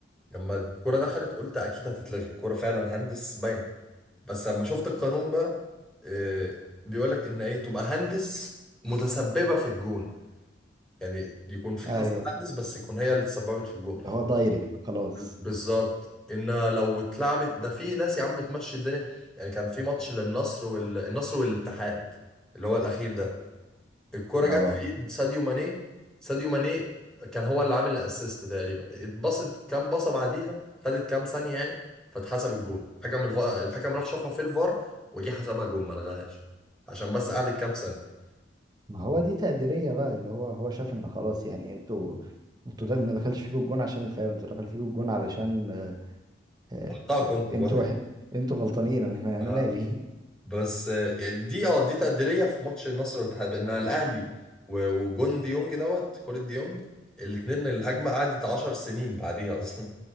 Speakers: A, in the centre; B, on the right (about 20°).
A: لما الكرة دخلت قلت أكيد هتتلغي الكرة فعلا هندس باين بس لما شفت القانون بقى آه، بيقولك إن إيه تبقى هندس متسببة في الجون يعني يكون في حصل
B: ايوه
A: هندس بس يكون هي اللي تسببت في الجون
B: اللي هو دايركت خلاص
A: بالظبط إن لو اتلعبت ده في ناس يا عم بتمشي الدنيا يعني كان في ماتش للنصر والنصر والاتحاد اللي هو الأخير ده الكرة جت
B: اه
A: في ايد ساديو ماني ساديو ماني كان هو اللي عامل الاسيست تقريبا اتبصت كام بصة بعديها خدت كام ثانية يعني فاتحسب الجون حكم الف... الحكم راح شافها في الفار وجه حسبها جون ما لغاهاش عشان بس قعدت كام ثانية
B: ما هو دي تقديرية بقى اللي هو هو شاف ان خلاص يعني انتوا انتوا ده ما دخلش فيكم الجون عشان الفاول انتوا دخل فيكم الجون علشان آه، آه،
A: حقها كنت واخد
B: انتوا انتوا غلطانين <laughs> انا
A: اه
B: انا مالي
A: بس آه، يعني دي اه دي تقديرية في ماتش النصر والاتحاد بانها الاهلي و- وجون ديونج دوت كرة ديونج الاتنين الهجمة قعدت 10 سنين بعديها اصلا